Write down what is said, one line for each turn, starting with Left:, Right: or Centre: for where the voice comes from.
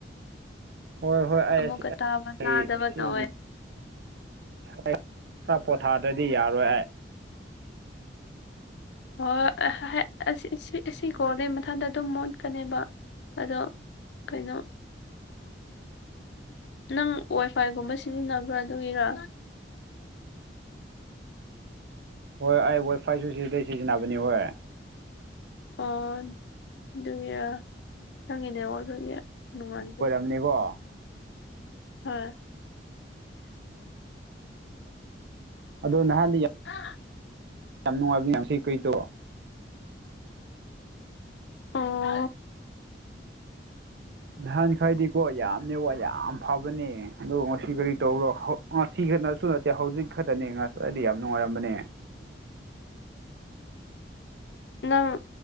Right: ꯍꯣꯏ ꯍꯣꯏ ꯑꯩ
Left: ꯑꯃꯨꯛꯀ ꯇꯥꯕ
Right: ꯑꯩ
Left: ꯇꯥꯗꯕ
Right: ꯁꯤꯒꯤ
Left: ꯇꯧꯋꯦ
Right: ꯑꯩ ꯈꯔ ꯄꯣꯊꯥꯗ꯭ꯔꯗꯤ ꯌꯥꯔꯣꯏ ꯑꯩ
Left: ꯍꯣꯏ ꯍꯣꯏ ꯑꯁꯤ ꯀꯣꯗꯩ ꯃꯊꯟꯗ ꯑꯗꯨꯝ ꯃꯣꯠꯀꯅꯦꯕ ꯑꯗꯣ ꯀꯩꯅꯣ ꯅꯪ ꯋꯥꯏ ꯐꯥꯏꯒꯨꯝꯕ ꯁꯤꯖꯤꯟꯅꯕ꯭ꯔꯥ ꯑꯗꯨꯒꯤꯔꯥ
Right: ꯍꯣꯏ ꯑꯩ ꯋꯥꯏꯐꯥꯏꯁꯨ ꯁꯤꯗꯩ ꯁꯤꯖꯤꯟꯅꯕꯅꯤ ꯍꯣꯏ
Left: ꯑꯣ ꯑꯗꯨꯒꯤꯔ ꯅꯪꯉꯤꯅꯦ ꯑꯣ ꯑꯗꯨꯒꯤ ꯅꯨꯡꯉꯥꯏꯖꯦ
Right: ꯅꯤꯀꯣ
Left: ꯍꯣꯏ
Right: ꯑꯗꯨꯗ ꯅꯍꯥꯟ
Left: ꯑꯥ
Right: ꯌꯥꯝ ꯅꯨꯡꯉꯥꯏꯕ ꯌꯥꯝꯌꯥꯝ ꯁꯤ ꯀꯩꯗꯣ
Left: ꯑꯣ
Right: ꯅꯍꯥꯟ ꯈꯥꯏꯗꯤꯀꯣ ꯌꯥꯝꯅꯦ ꯋꯥ ꯌꯥꯝ ꯐꯕꯅꯦ ꯑꯗꯨ ꯉꯁꯤ ꯀꯔꯤ ꯇꯧꯕꯔꯣ ꯉꯁꯤ ꯈꯛꯇꯅꯁꯨ ꯅꯠꯇꯦ ꯍꯧꯖꯤꯛ ꯈꯛꯇꯅꯦꯁꯤ ꯍꯣꯏ ꯑꯩꯗꯤ ꯌꯥꯝ ꯅꯨꯡꯉꯥꯏꯔꯝꯕꯅꯦ
Left: ꯅꯪ